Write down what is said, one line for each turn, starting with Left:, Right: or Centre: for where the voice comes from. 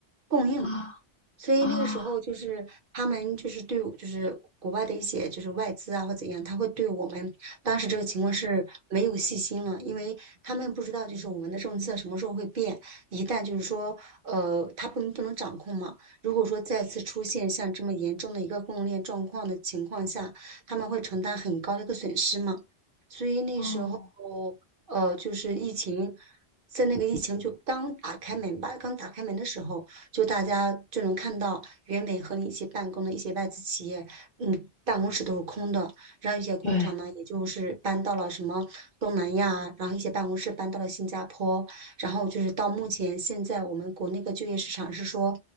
Right: 供应。
Left: 啊
Right: 所以那个时候就是他们就是对我就是国外的一些就是外资啊或怎样，
Left: 啊
Right: 他会对我们当时这个情况是没有信心了，因为他们不知道就是我们的政策什么时候会变，一旦就是说呃他不能不能掌控嘛，如果说再次出现像这么严重的一个供应链状况的情况下，他们会承担很高的一个损失嘛，所以那时候
Left: 哦，
Right: 呃就是疫情。在那个疫情就刚打开门吧，刚打开门的时候，就大家就能看到原本和你一起办公的一些外资企业，嗯，办公室都是空的，然后一些工厂呢，
Left: 对
Right: 也就是搬到了什么东南亚啊，然后一些办公室搬到了新加坡，然后就是到目前现在我们国内的就业市场是说，